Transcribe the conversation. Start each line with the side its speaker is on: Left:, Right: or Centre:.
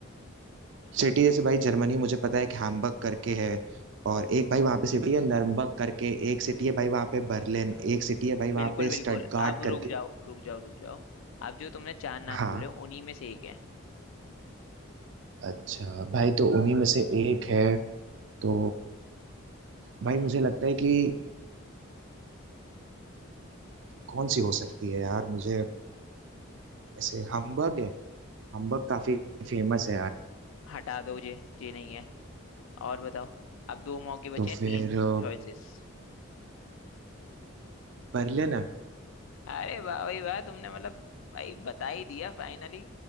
Right: सिटी जैसे भाई जर्मनी मुझे पता है एक हैम्बर्ग करके है और एक भाई वहाँ पे सिटी है नर्मबर्ग करके एक सिटी है भाई वहाँ पे बर्लिन एक सिटी है भाई
Left: बिल्कुल
Right: वहाँ पे
Left: बिल्कुल
Right: स्टटगार्ड
Left: अब
Right: करके
Left: रुक जाओ रुक जाओ रुक जाओ अब जो तुमने चार नाम
Right: हाँ
Left: बोले उन्हीं में से एक है
Right: अच्छा भाई तो उन्हीं में से एक है तो भाई मुझे लगता है कि कौन सी हो सकती है यार मुझे ऐसे हम्बर्ग है हम्बर्ग काफी फेमस है यार
Left: हटा दो ये ये नहीं है और बताओ अब दो मौके बचे
Right: तो फिर
Left: हैं तीन
Right: अ,
Left: चॉइसेस
Right: बर्लिन है
Left: अरे वाह भाई वाह तुमने मतलब भाई बता ही दिया फाइनली